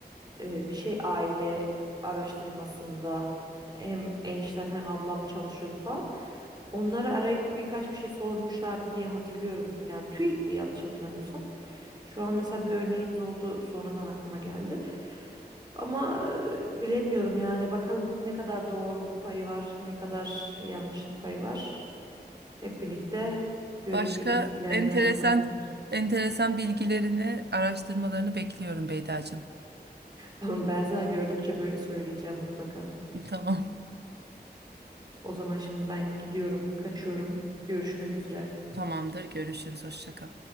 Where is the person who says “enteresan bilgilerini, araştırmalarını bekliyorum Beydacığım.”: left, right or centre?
Right